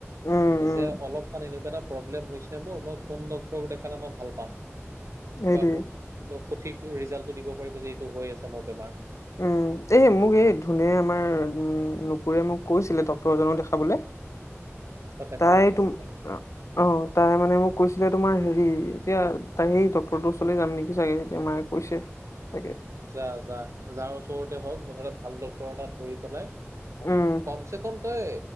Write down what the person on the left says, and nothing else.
উম উম
সেইটোৱে
উম এই মোক এই ধুনে আমাৰ উ নুপুৰে মোক কৈছিলে ডক্তৰ জনক দেখাবলে
তাই
তুম
অ তাই মানে মোক কৈছিলে তোমাৰ হেৰি এতিয়া তাই সেই ডক্টৰটোৰ ওচৰলৈ যাম নেকি চাগে এতিয়া মায়ে কৈছে তাকে
উম